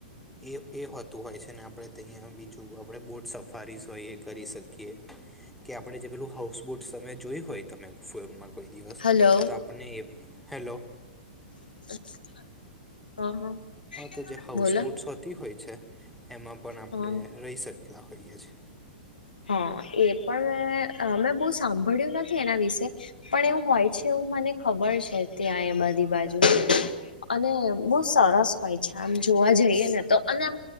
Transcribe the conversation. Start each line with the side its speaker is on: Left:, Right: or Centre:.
Centre: એ-એ હોતું હોય છે ને આપણે તહીંયા બીજું આપણે બોટ સફારીસ હોય એ કરી શકીએ. કે આપણે જે પેલું હાઉસબોટ સમય જોયું હોય તમે ફોનમાં કોઈ દિવસ,
Left: હલો
Centre: તો આપણને એ, હેલો.
Left: <inaudible> <inaudible>
Centre: હા તો જે હાઉસ
Left: બોલો
Centre: બોટ્સ હોતી હોય છે, એમાં પણ આપણે
Left: હ
Centre: રહી શકતા હોઈએ છે.
Left: હા. એ પણ મે અહ મે બહુ સાંભળ્યું નથી એના વિશે પણ એવું હોય છે એવું મને ખબર છે ત્યાં એ બધી બાજુ. અને બહુ સરસ હોય છે આમ જોવા જઈએ ને તો. અને આમ